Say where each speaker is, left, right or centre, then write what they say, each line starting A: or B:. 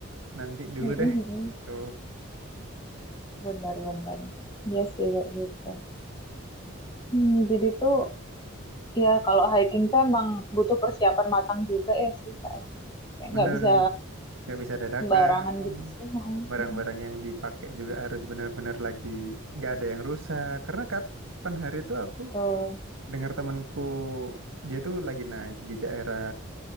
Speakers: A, on the right; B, on the left.
A: nanti dulu
B: Mm-mm.
A: deh gitu.
B: Benar-benar. Iya sih kayak gitu. Hmm, jadi tuh. Iya, kalau hiking tuh emang butuh persiapan matang juga ya sih kayaknya. Kayak
A: Bener,
B: nggak bisa
A: nggak bisa dadakan.
B: sembarangan gitu sih. Heeh,
A: Barang-barang
B: heeh.
A: yang dipakai juga harus benar-benar lagi nggak ada yang rusak. Karena kapan hari itu aku
B: Tuh.
A: dengar temanku dia tuh lagi naik di daerah